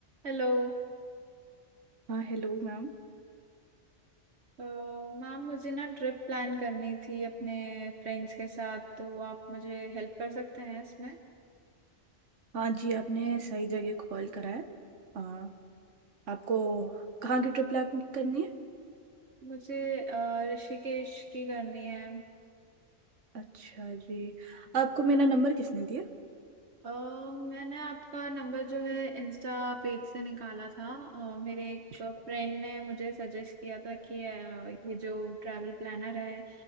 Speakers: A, on the right; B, on the right.
A: हेलो
B: हाँ hello ma'am
A: अ, मैम मुझे ना ट्रिप प्लान करनी थी अपने फ्रेंड्स के साथ तो आप मुझे हेल्प कर सकते हैं इसमें
B: हाँ जी आपने सही जगह कॉल करा है हाँ आपको कहाँ की ट्रिप प्लान करनी है
A: मुझे अ, ऋषिकेश की करनी है
B: अच्छा जी आपको मेरा नंबर किसने दिया
A: अ, मैंने आपका नंबर जो है इंस्टा पेज से निकाला था अ, मेरे एक
B: अच्छा,
A: फ्रेंड ने मुझे सजेस्ट किया था कि अ, ये जो ट्रैवल प्लानर है